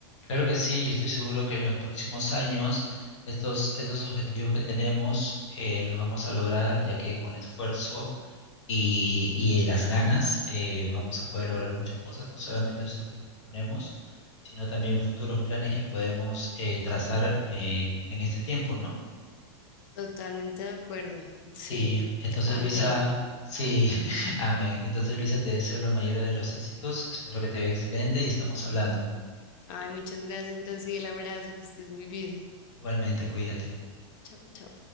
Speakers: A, on the left (about 85°); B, on the left (about 45°).
A: Claro que sí, yo estoy seguro que en los próximos años estos, estos objetivos que tenemos eh, los vamos a lograr, ya que con esfuerzo y, y las ganas, eh, vamos a poder lograr muchas cosas, no solamente esos que nos proponemos, sino también futuros planes que podemos eh, trazar eh, en este tiempo, ¿no?
B: Totalmente de acuerdo. Sí,
A: Sí, entonces
B: amén.
A: Luisa, sí, <laughs> amén. Entonces Luisa, te deseo lo mayor de los éxitos, espero que te vea excelente y estamos hablando.
B: Ay, muchas gracias, Graciela. Abrazo, que estés muy bien.
A: Igualmente, cuídate.
B: Chao, chao.